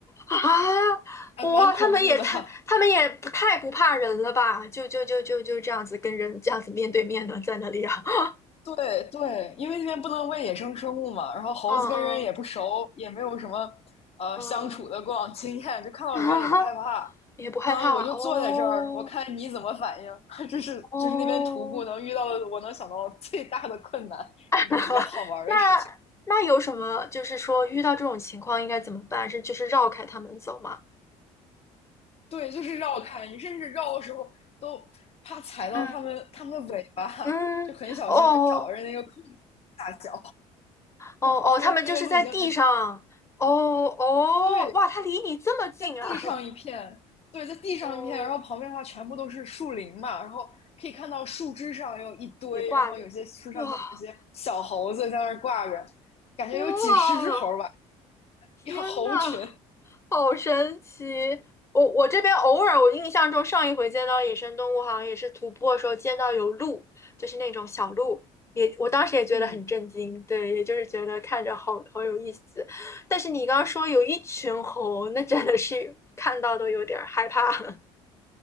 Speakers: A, on the left; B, on the left.
A: 啊！
B: 还蛮恐怖的。
A: 哇，他们也太，
B: <laughs>
A: 他们也不太不怕人了吧？就就就就就这样子跟人这样子面对面的在那里啊，<laughs>
B: 对对，因为那边不能喂野生生物嘛，然后猴子跟人也不熟，
A: 嗯嗯
B: 也没有什么呃相处的过往经验，
A: 嗯
B: 就看到人也不害怕，
A: 嗯，<laughs> 也不害怕哦
B: 相当于我就坐在这儿，我看你怎么反应。<laughs> 这是就是那边徒步能遇到的，
A: 哦。
B: 我能想到最大的困难，也是比较好玩儿的事情。
A: <laughs> 那那有什么？就是说遇到这种情况应该怎么办？是就是绕开他们走吗？
B: 对，就是绕开，你甚至绕的时候都怕踩到它们它们的尾巴，
A: 嗯，嗯，
B: 就很小心的找着那个空隙下脚，
A: 哦哦哦，
B: <laughs> 因为那个路已经很。
A: 他们就是在地上。哦哦，
B: 对。
A: 哇，他离你这么近啊！
B: 在地上一片，对，在地上一片，
A: <laughs> 哦，
B: 然后旁边的话全部都是树林嘛，然后可以看到树枝上有一堆，
A: 也挂着。
B: 然后有些树上可能有些小猴子在那儿挂着，
A: 哇，
B: 感觉有几十只猴吧，
A: 哇，天呐，
B: 一个猴群
A: 好神奇！我我这边偶尔，我印象中上一回见到野生动物，好像也是徒步的时候见到有鹿，就是那种小鹿，也我当时也觉得很震惊，
B: <laughs>，嗯，
A: 对，也就是觉得看着好好有意思。但是你刚刚说有一群猴，那真的是看到都有点儿害怕。<laughs>